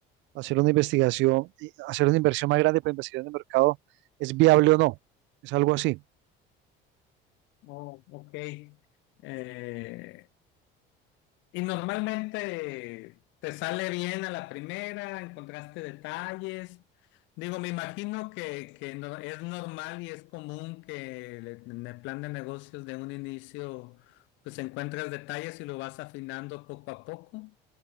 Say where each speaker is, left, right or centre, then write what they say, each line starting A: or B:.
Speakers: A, on the right; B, on the left.
A: hacer una investigación, y hacer una inversión más grande para investigar en el mercado, es viable o no. Es algo así.
B: Oh, ok. Eh, Y normalmente te sale bien a la primera, encontraste detalles. Digo, me imagino que, que no- es normal y es común que le- en el plan de negocios de un inicio pues encuentras detalles y lo vas afinando poco a poco